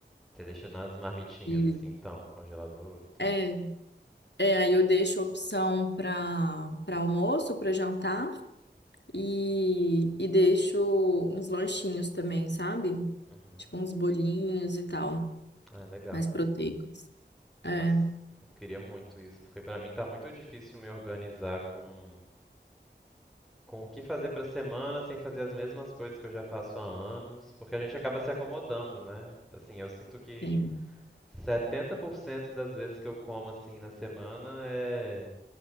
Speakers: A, in the centre; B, on the left.
A: Você deixou nas marmitinhas
B: E
A: assim, então, no congelador e tudo?
B: é, é, aí eu deixo opção para para almoço, para jantar. E, e deixo uns lanchinhos também, sabe?
A: Uhum.
B: Tipo uns bolinhos e tal,
A: Ah, é legal.
B: mais proteicos. É,
A: Nossa, eu queria muito isso, porque pra mim tá muito difícil me organizar com com o que fazer pra semana sem fazer as mesmas coisas que eu já faço há anos, porque a gente acaba se acomodando, né? Assim, eu sinto que
B: tem.
A: 70% das vezes que eu como assim na semana é